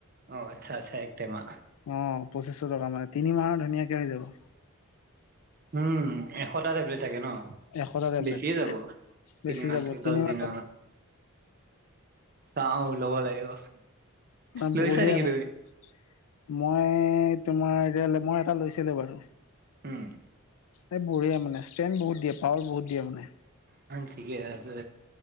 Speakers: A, on the right; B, on the left.
A: অ', আচ্ছা আচ্ছা একটেমা।
B: অ', পঁচিছশ টকা মানে তিনি মাহৰ ধুনীয়াকে হৈ যাব।
A: উম, এশটা টেবলেট থাকে ন?
B: এশটা টেবলেট
A: বেছিয়ে যাব
B: বেছি
A: তিনি মাহত
B: যাব
A: কে
B: তিনিমাহ
A: দশ দিনৰ চাও লব লাগিব।
B: অ',
A: লৈছা
B: বঢ়িয়া
A: নেকি
B: মানে
A: তুমি
B: মই তোমাৰ এতিয়া মই এটা লৈছো লৈছিলো বাৰু
A: উম
B: এই বঢ়িয়া মানে ষ্ট্ৰেং বহুত দিয়ে পাৱাৰ বহুত দিয়ে মানে।
A: ঠিকে আছে।